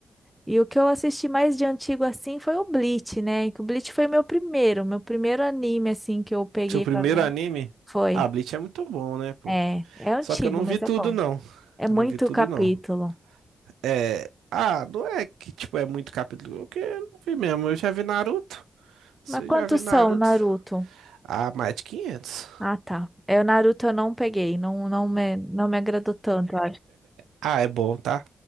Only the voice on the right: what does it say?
Seu primeiro
anime?
Ah, Bleach é muito bom, né, pô?
Só que eu não
vi tudo,
não.
Eu não vi tudo,
não. É. Ah, não é que, tipo, é muito capítulo. Porque eu não vi mesmo. Eu já vi Naruto. Se
eu
já vi Naruto.
Ah, mais de 500.
Ah, é bom, tá?